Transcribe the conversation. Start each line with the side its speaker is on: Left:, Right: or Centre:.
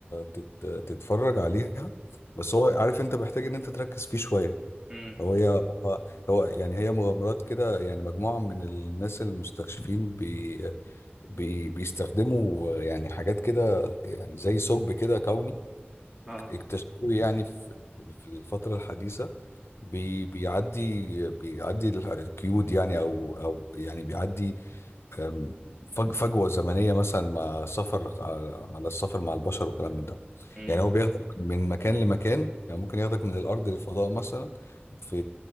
Left: تت تتفرج عليها بس هو عارف انت محتاج ان انت تركز فيه شويه
Right: امم
Left: هو هي هو هو يعني هي مغامرات كده يعني مجموعه من الناس المستكشفين بي بي بيستخدموا يعني حاجات كده يعني زي ثقب كده كوني
Right: اه
Left: اكتشفوه يعني في في الفتره الحديثه بي بيعدي بيعدي القيود يعني او او يعني بيعدي أم، فج- فجوه زمنيه مثلا مع سفر ع- على السفر مع البشر وكلام من ده
Right: امم
Left: يعني هو بياخدك من مكان لمكان يعني ممكن ياخدك من الارض للفضاء مثلا في